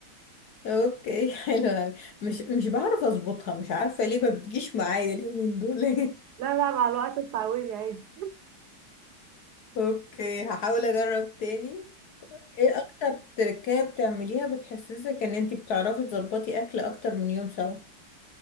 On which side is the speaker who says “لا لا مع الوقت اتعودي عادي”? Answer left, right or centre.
Right